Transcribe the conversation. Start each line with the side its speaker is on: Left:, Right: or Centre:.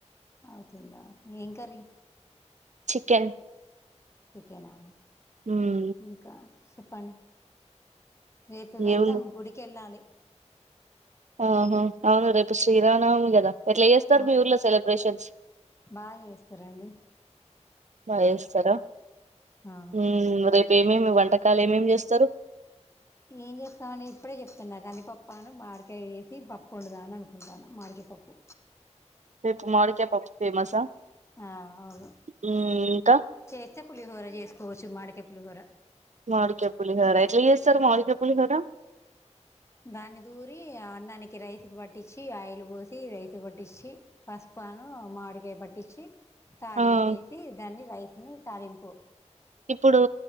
Left: అవుతుందా ఏం కర్రి
Right: చికెన్
Left: చికేనా
Right: ఉమ్
Left: ఇంకా చెప్పంన్ రేపు వెళ్దాం
Right: ఏముంది
Left: గుడికిెళ్ళాలి
Right: ఆహ అవును రేపు శ్రీ రామనవమి కదా ఎట్లా చెస్తారు
Left: ఆ
Right: మీ ఊర్లో సెలబ్రేషన్స్
Left: బాగా చేస్తారండి
Right: బా చెస్తార
Left: ఆ
Right: హు రేప్ ఏమేమి వంటకాలు ఏమేమి చేస్తారు
Left: ఏం చేస్తామని ఇప్పుడే చెప్తున్నా కందిపప్ప అని మాడికాయ వేసి పప్పు వండుదమని అనుకుంటాన మాడికాయ పప్పు
Right: రేపు మాడికాయ్ పప్పు ఫేమస్స్ ఆ హు
Left: ఆ అవును
Right: ఇంకా
Left: చేస్తే పులిహోర చేసుకోవచ్చు మాడికాయ్ పులిహోర
Right: మడికాయ్ పులిహోరా ఎట్ల చేస్తారు మడికాయ్ పులిహోరా
Left: దాన్ని దూరి అన్నానికి రైస్ కు పట్టించి ఆయిల్ పోసి రైసు పట్టించి పసుపాను మామిడికాయ పట్టించి తాలింపేసి
Right: ఆ
Left: దాన్ని రైస్ ని తలింపు
Right: ఇప్పుడు